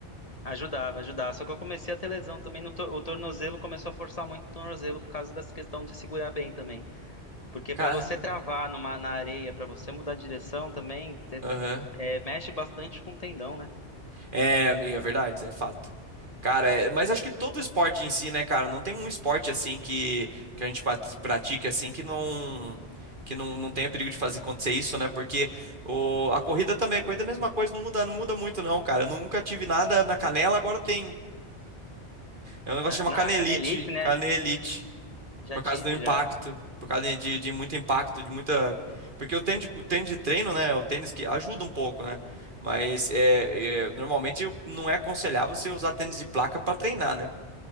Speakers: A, on the left (about 30°); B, on the right (about 45°).
A: Ajudava, ajudava. Só que eu comecei a ter lesão também no to- o tornozelo, começou a forçar muito o tornozelo por causa dessa questão de segurar bem também. Porque
B: Caramba.
A: pra você travar numa, na areia, pra você mudar de direção também, você,
B: Aham.
A: é, mexe bastante com o tendão, né?
B: É, é verdade, é fato. Cara, é- mas acho que todo esporte em si, né, cara? Não tem um esporte assim que, que a gente pat- pratique assim que não. Que não, não tenha perigo de fazer acontecer isso, né? Porque o, a corrida também, a corrida é a mesma coisa, não muda, não muda muito, não, cara. Eu nunca tive nada na canela, agora eu tenho. É um negócio
A: A,
B: que chama
A: na
B: canelite.
A: a canelite, né?
B: Canelite.
A: Já
B: por
A: tive,
B: causa do impacto,
A: já.
B: por causa de, de muito impacto, de muita. Porque o tênis de, o tênis de treino, né? O tênis que ajuda um pouco, né? Mas é, é, normalmente não é aconselhável você usar tênis de placa para treinar, né?